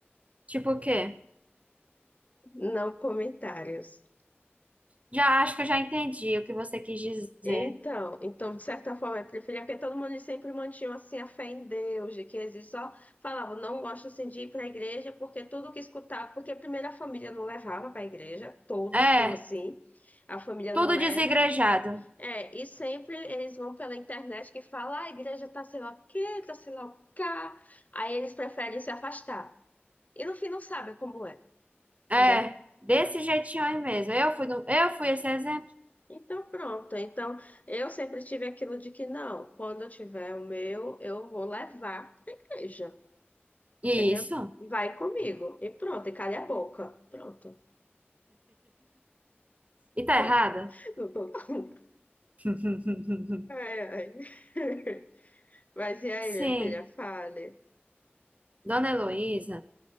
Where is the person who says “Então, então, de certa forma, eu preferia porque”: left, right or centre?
Left